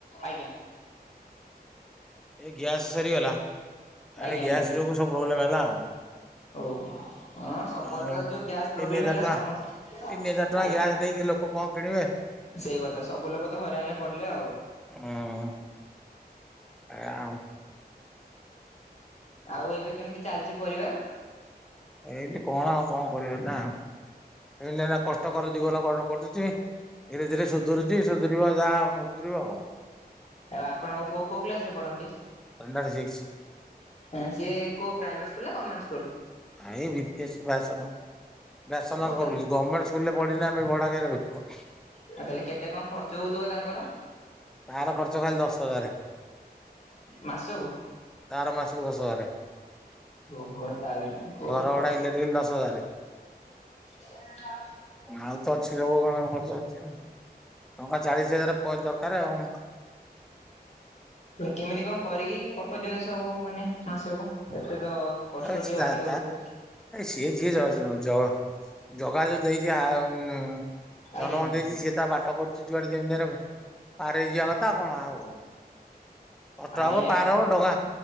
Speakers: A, on the left (about 40°); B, in the centre.
A: ଆଜ୍ଞା।
B: ଏ ଗ୍ୟାସ୍ ସରିଗଲା ଆଉ
A: ଆଜ୍ଞା
B: ଏ ଗ୍ୟାସ
A: ଆଜ୍ଞା
B: ଯୋଗୁ ସବୁ ପ୍ରୋବ୍ଲେମ୍ ହେଲା ଆଉ।
A: ଓହୋ। ହଁ ସବୁଆଡେ
B: ଆଉ
A: ତ ଯୋଉ ଗ୍ୟାସ୍
B: ତିନି
A: ପ୍ରୋବ୍ଲେମ୍
B: ହଜାର
A: ହେଲା
B: ଟଙ୍କା
A: ସମ
B: ତିନି ହଜାର ଟଙ୍କା
A: ଆଗି
B: ଗ୍ୟାସ ଦେଇକି ଲୋକ କଣ କିଣିବେ ହୁଁ।
A: ସେଇ କଥା ସବୁ ଲୋକ ତ ହଇରାଣ ରେ ପଡିଲେ ଆଉ।
B: ଉଁ। <unintelligible>
A: ଆଉ ଏବେ କେମିତି ଚାଲିଚି ପରିବା?
B: ଏମିତି କଣ ଆଉ କଣ କରିବା ନା ଏମତି ଏଇନା କଷ୍ଟକର ଜୀବନ କଟ୍ କଟୁଚି। ଧୀରେ ଧୀରେ ସୁଧୁୁରୁଚି ସୁଧୁରିବ ଯାହା ସୁଧୁରିବ ଆଉ।
A: ଆଉ ଆପଣଙ୍କ ପୁଅ କୋଉ କ୍ଲାସ ରେ ପଢନ୍ତି?
B: Standard six.
A: ଏଁ ସିଏ କୋଉ ପ୍ରାଇଭେଟ ସ୍କୁଲ୍ ନା ଗର୍ମେଣ୍ଟ ସ୍କୁଲ୍?
B: ନାଇଁ ବି ପି ଏସ ବ୍ୟାସନଗର ବ୍ୟାସନଗର
A: ହଉ ତାହେଲେ
B: ପବ୍ଲିକ ଗର୍ମେଣ୍ଟ ସ୍କୁଲରେ ପଢିଲେ ଆମେ ଭଡ଼ା କାଇଁ ରହିବୁ?
A: ଆଉ ତାହେଲେ କେତେ କଣ ଖର୍ଚ୍ଚ ହଉଥିବ ତାଙ୍କର?
B: ତାର ଖର୍ଚ୍ଚ ଖାଲି ଦଶ ହଜାରେ
A: ମାସକୁ?
B: ତାର ମାସକୁ ଦଶ ହଜାରେ।
A: ଓହୋ ତାହେଲେ ପୁଅକୁ
B: ଘର ଭଡା
A: କଷ୍ଟ
B: ଇଲେକ୍ଟ୍ରିବିଲ୍ ଦଶ ହଜାରେ।
A: <unintelligible>
B: ଆଉ ତ ଅଛି ରୋଗ କଣ ଖର୍ଚ୍ଚ ଅଛି ଆଉ। ଟଙ୍କା ଚାଳିଶ ହଜାର, ପ ଦରକାର ଆଉ।
A: ହେ କେମିତି କଣ କରିକି କଟଉଛନ୍ତି ସବୁ ମାନେ, ମାସକୁ ଏତେ ତ କଷ୍ଟ
B: ଅ ଯ <unintelligible>
A: ଟିକେ ଅଧିକ
B: ତଝ
A: ହଉଥିବ।
B: ଜ ଜଗା ଯୋଉ ଦେଇଛି, ଆ ଅ ନୁ
A: ଆଜ୍ଞା
B: ଜନମ
A: ଆଜ୍ଞା
B: ଦେଇଛି ସେ ତା ବାଟ କରୁଛି, ଯୁଆଡେ ଯେମିତି ହେନେ ପାରେଇ ଯିବା କଥାଉ କଣ ଆଉ? କଟ
A: ଆଜ୍ଞା
B: ହବ, ପାର ହବ, ଡଙ୍ଗା